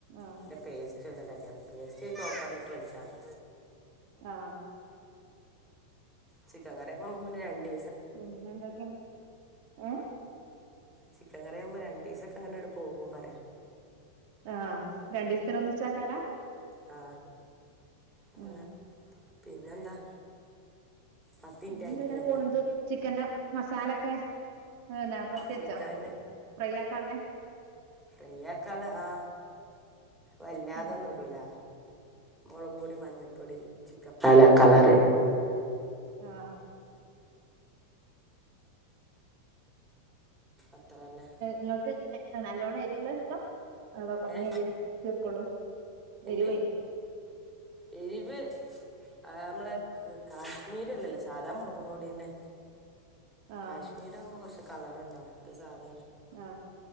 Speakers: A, on the right (about 45°); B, in the centre.
A: ആഹ്
B: പിന്നെ പേസ്റ്റ് <unintelligible> പേസ്റ്റ് ചോപ്പറിൽ ഇട്ട് വലിച്ചാൽ മതി
A: ആഹ്
B: ചിക്കൻ കറിയാകുബം നമ്മുക്ക് പിന്നെ രണ്ടി
A: പിന്നെ എന്തൊക്കെയ ഏ
B: ചിക്കൻ കറിയ ആവുമ്പോ രണ്ടിസൊക്കെ അങ്ങനെയാണ് പോകും പറയാ
A: ആ രണ്ടീസത്തിന് ഒന്നിച്ചാകാനാ
B: ആ അങ്ങനെ
A: ആ
B: പിന്നെന്താ പത്ത് മിനിറ്റ്
A: പിന്നെന്തെ
B: ആയിട്ടില്ലല്ലോ
A: ഇങ്ങനെ പോണത് ചിക്കന്റെ മസാലൊക്കെ നാപ്പത്തിച്ചാ
B: ചിക്കൻ
A: ഫ്രൈയാക്കള്ള
B: ഫ്രേ ആക്കാള്ളെ ആ വല്ലാതൊന്നും
A: ഉം
B: ഇടൂല മുളക് പൊടി മഞ്ഞപ്പൊടി ചിക്കൻ മാസാല കളറ്
A: ആ
B: അത്ര തന്നെ
A: നിങ്ങൾക്ക് നല്ലോണം എരിയുളളയ് ഇഷ്ടം അതാ കെറഞ്ഞ
B: ഏ
A: എരിവ് തീർക്കോളൂ
B: എന്ത്
A: എരുവ്
B: എരിവ് ആ നമ്മളെ കാശ്മീര്ല്ലല്ലേ സാധാ മെളക് പെടിന്നെ
A: ആഹ്
B: കാശ്മീർ ആകുമ്പോ കുറച്ച് കളർഉണ്ടാവും ഇത് സാതേണ്
A: ആ.